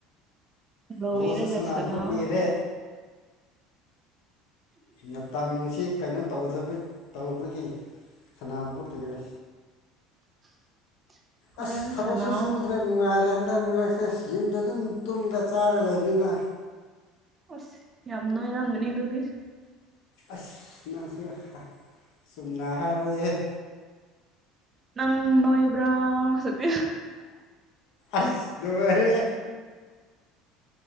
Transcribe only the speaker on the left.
ꯕꯨ ꯁꯅꯗꯨꯕ
ꯀꯨꯏꯔꯦ ꯃꯇꯝꯁꯤ ꯀꯩꯅꯣ ꯇꯧ ꯇꯧꯕꯒꯤ ꯁꯅꯥꯗꯕ ꯀꯨꯏꯔꯦ
ꯑꯁ ꯊꯕꯛꯁꯨ
ꯁꯨꯗ꯭ꯔꯦ ꯅꯨꯡꯉꯥꯏꯔꯦ ꯍꯟꯗꯛ ꯃꯔꯛꯁꯦ ꯌꯨꯝꯗ ꯑꯗꯨꯝ ꯇꯨꯝꯃꯒ ꯆꯥꯔ ꯂꯩꯕꯅꯤꯅ
ꯑꯁ ꯅꯪꯁꯨ ꯆꯨꯝꯅ ꯍꯥꯏꯔꯛꯑꯦ
ꯑꯁ ꯂꯕꯔꯦ